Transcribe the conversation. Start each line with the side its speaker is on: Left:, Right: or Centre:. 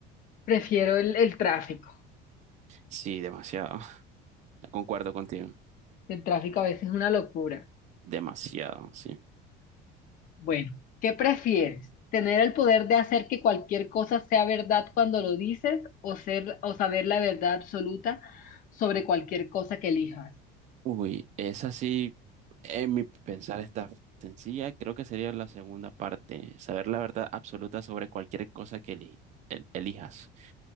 Left: prefiero el el tráfico.
Right: Sí, demasiado. <laughs> Concuerdo contigo.
Left: El tráfico a veces es una locura.
Right: Demasiado, sí.
Left: Bueno, ¿qué prefieres? ¿Tener el poder de hacer que cualquier cosa sea verdad cuando lo dices o ser o saber la verdad absoluta sobre cualquier cosa que elijas?
Right: Uy, esa sí, en mi pensar está sencilla. Creo que sería la segunda parte. Saber la verdad absoluta sobre cualquier cosa que eli- el- elijas.